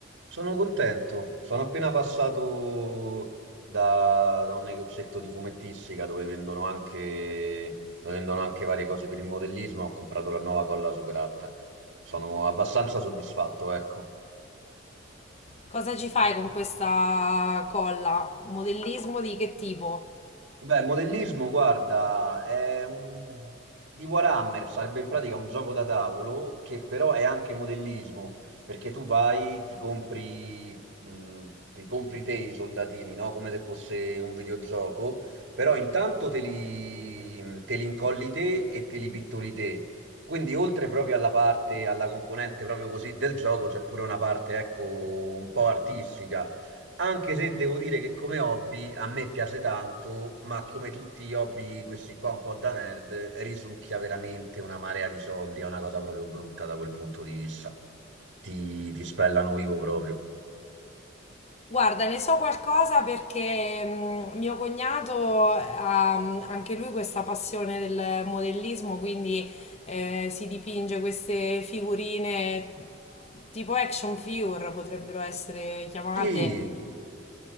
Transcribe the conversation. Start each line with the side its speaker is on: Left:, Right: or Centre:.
Right: Sono contento, sono appena passato da, da un negozietto di fumettistica dove vendono anche, dove vendono anche varie cose per il modellismo, ho comprato la nuova colla Super Attack. Sono abbastanza soddisfatto, ecco.
Left: Cosa ci fai con questa colla? Modellismo di che tipo?
Right: Beh, modellismo, guarda, è un... di Warhammer, sarebbe in pratica un gioco da tavolo che però è anche modellismo, perché tu vai, ti compri, mh, ti compri te i soldatini, no? Come se fosse un videogioco, però intanto te li, te li incolli te e te li pitturi te. Quindi oltre proprio alla parte, alla componente proprio così del gioco, c'è pure una parte, ecco, un po' artistica anche se devo dire che come hobby a me piace tanto, ma come tutti gli hobby, questi qua un po' da nerd, risucchia veramente una marea di soldi, è una cosa proprio brutta da quel punto di vista. Ti, ti spellano vivo proprio.
Left: Guarda, ne so qualcosa perché mm, mio cognato ha mm, anche lui questa passione del modellismo, quindi eh, si dipinge queste figurine tipo action figure potrebbero essere chiamate.
Right: Sì,